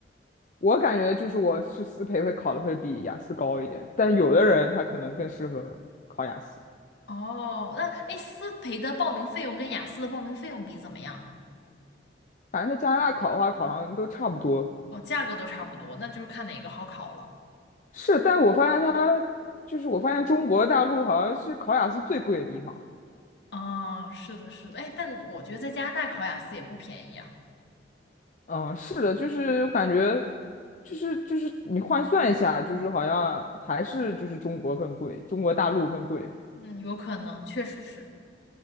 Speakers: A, on the left; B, on the left.
A: 我感觉就是我是思培会考的会比雅思高一点，但有的人他可能更适合考雅思，
B: 哦，那哎，思培的报名费用跟雅思的报名费用比怎么样啊
A: 反正在加拿大考的话，好像都差不多。
B: 哦，价格都差不多，那就是看哪个好考了。
A: 是，但我发现他就是我发现中国大陆好像是考雅思最贵的地方。
B: 啊、是的，是的，哎，但我觉得在加拿大考雅思也不便宜啊。
A: 嗯，是的，就是我感觉，就是就是你换算一下，就是好像还是就是中国更贵，中国大陆更贵
B: 嗯，有可能，确实是。